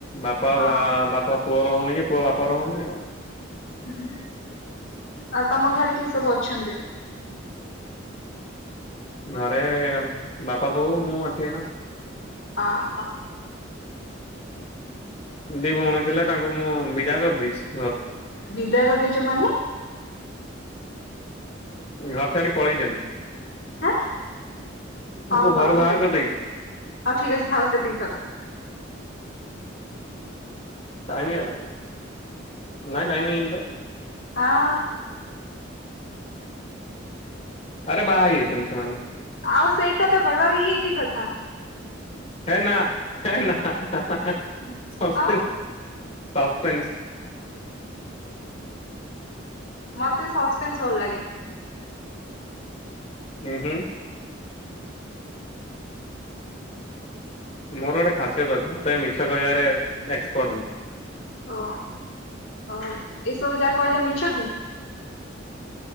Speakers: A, on the left; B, on the left.
A: ବାପା
B: ହଁ
A: ଭା-ବାପା ପୁଅର ହୋଉନି କି ପୁଅ ବାପର ହୋଉନି ଆଉ।
B: ଉଁ ଆଉ ତମ ଘରେ କିଏ ସବୁ ଅଛନ୍ତି?
A: ଘରେ ବାପା ବୋଉ ମୁଁ ଅଛି ଏଇନା।
B: ଅହ।
A: ଦି ଭୋଉଣୀ ଥିଲେ ତାଙ୍କୁ ମୁଁ ବିଦା କରିଦେଇଚି।
B: ବିଦା କରିଦେଇଚ ମାନେ?
A: ଘରଛାଡି ପଳେଇଚନ୍ତି।
B: ହାଁ।
A: ତାଙ୍କୁ
B: ହଉ
A: ଘରୁ
B: ହଉ ଠିକ
A: ବାହାର
B: ଅଛି
A: କରିଦେଇଛି
B: ହଉ ଠିକ ଅଛି ଥାଉ ସେତିକି ଥାଉ।
A: ଟାଇମ ହେଇଗଲା ନାଇଁ ଟାଇମ ହେଇନି ତ।
B: ହଁ।
A: ଆରେ ବାହା ହେଇଯାଇଟନ୍ତି ସେମାନେ।
B: ଆଉ ସେଇଟା ତ କହିବ ଆଉ ଇଏ କି କଥା?
A: ହେ ନା ହେ ନା ହାଁ ହାଁ ହାଁ ହାଁ ହାଁ ସନସକିଲ୍
B: ଆଉ
A: ସସପେନସ୍
B: ମତେ ସସପେନସ୍ ଭଲ ଲାଗେନି।
A: ଉଁ ହୁଁ। ମୋର ଗୋଟେ ଖାସିୟତ ଅଛି ମତେ ମିଛ କହିବାରେ ଏକ୍ସପର୍ଟ ମୁଁ।
B: ହଁ ଆଉ ଏସବୁ ଯାହା କହିଲ ମିଛ କି?